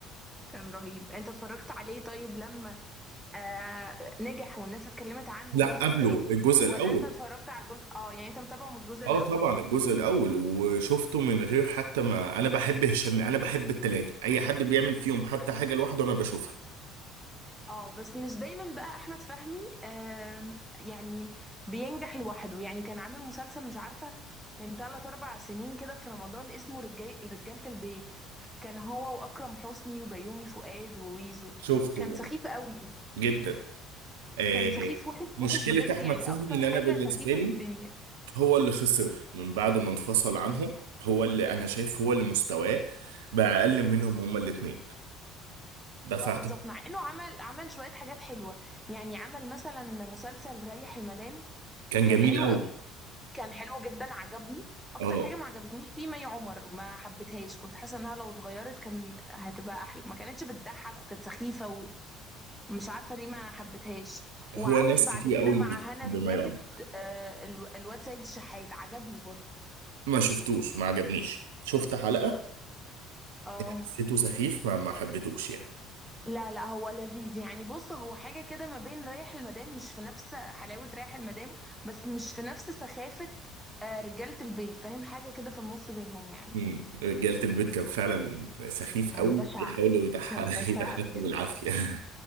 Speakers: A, in the centre; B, on the right.
A: كان رهيب انت اتفرجت عليه طيب لما آه نجح والناس اتكلمت عنه
B: لا
A: الجزء
B: قبله
A: التاني
B: الجزء
A: ولا
B: الاول
A: انت اتفرجت على الجزء اه يعني انت متابعه من الجزء الاول
B: اه طبعا الجزء الاول وشفته من غير حتى ما انا بحب هشام انا بحب التلاتة اي حد بيعمل فيهم حتى حاجة لوحده انا بشوفها
A: اه بس مش دايما بقى احمد فهمي آم، يعني بينجح لوحده يعني كان عامل مسلسل مش عارفه من ثلاث اربع سنين كده في رمضان اسمه رجال رجاله البيت كان هو واكرم حسني وبيومي فؤاد وويزو
B: شفته
A: كان
B: برضه
A: سخيف قوي
B: جدا آه،
A: كان سخيف وحش
B: مشكلة
A: وحش بجد
B: أحمد
A: يعني
B: فهمي
A: اكتر
B: إن
A: حاجه
B: أنا بالنسبة
A: سخيفه
B: لي
A: في الدنيا
B: هو اللي خسر من بعد ما انفصل عنهم هو اللي أنا شايف هو اللي مستواه بقى أقل منهم هما الاتنين ده فاعتقد
A: اه بالظبط مع انه عمل عمل شويه حاجات حلوه يعني عمل مثلا مسلسل ريح المدام
B: كان
A: كان
B: جميل
A: حلو
B: أوي
A: قوي كان حلو جدا عجبني اكتر
B: أه
A: حاجه ما عجبتنيش فيه مي عمر ما حبيتهاش كنت حاسه انها لو اتغيرت كان هتبقى احلى ما كانتش بتضحك وكانت سخيفه ومش عارفه ليه ما حبيتهاش وعمل
B: هو ناس
A: بعد
B: كتير
A: كده
B: أوي
A: مع
B: مش
A: هنا
B: بما
A: الزاهد
B: يعمل
A: آه، ال- الواد سيد الشحات عجبني برضو
B: ما شفتوش ما عجبنيش شفت حلقة
A: اه
B: حسيته سخيف ما ما حبيتوش يعني
A: لا لا هو لذيذ يعني بص هو حاجه كده ما بين رايح المدام مش في نفس حلاوه رايح المدام بس مش في نفس سخافه آه، رجاله البيت فاهم حاجه كده في النص بينهم يعني
B: مم. رجالة البيت كان فعلا سخيف
A: كان
B: أوي
A: بشع
B: بيحاولوا يضحك-
A: كان بشع
B: يضحكوا
A: بجد
B: بالعافية <laughs>